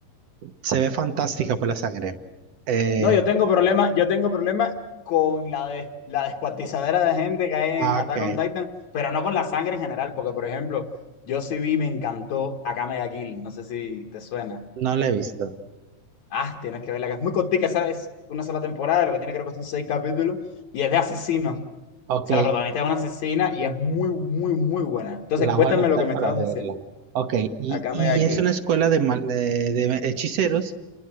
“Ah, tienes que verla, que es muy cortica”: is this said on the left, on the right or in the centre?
Left